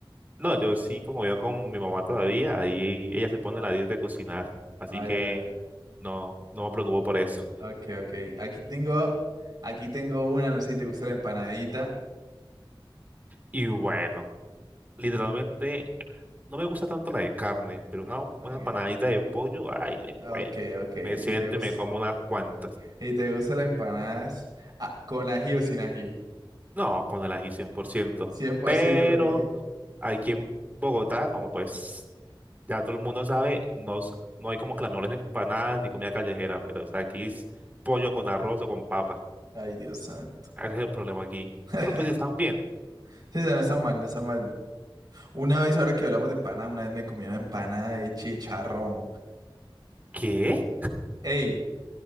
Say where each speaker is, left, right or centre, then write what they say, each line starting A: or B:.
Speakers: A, on the right; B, on the right.
A: No, yo sí como vivo con mi mamá todavía, ahí ella se pone la dieta de cocinar, así
B: Ay,
A: que
B: ay, ay.
A: no, no me preocupo por eso.
B: Ok, ok. Aquí tengo, aquí tengo una, no sé si te gusta la empanadita.
A: Y bueno. Literalmente No me gusta tanto la de carne, pero una buena
B: Ok,
A: empanadita de pollo, ay, le cuento.
B: ok. ok.
A: Me siento
B: Si te gusta,
A: y me como unas cuantas.
B: si te gusta la empanadas, ah, con ají o sin ají.
A: No, con el ají cien por ciento
B: cien por
A: Pero
B: ciento con ají.
A: aquí en Bogotá, como pues ya todo el mundo sabe, no, s- no hay como clamores de empanadas ni comida callejera, pero o sea, aquí es pollo con arroz o con papa.
B: Ay, Dios santo.
A: Ese es el problema aquí.
B: <laughs>
A: Pero pues están bien.
B: Sí, sí, no está mal, no está mal. Una vez, ahora que hablamos de empanadas, una vez me comí una empanada de chicharrón.
A: ¿Qué?
B: Ey,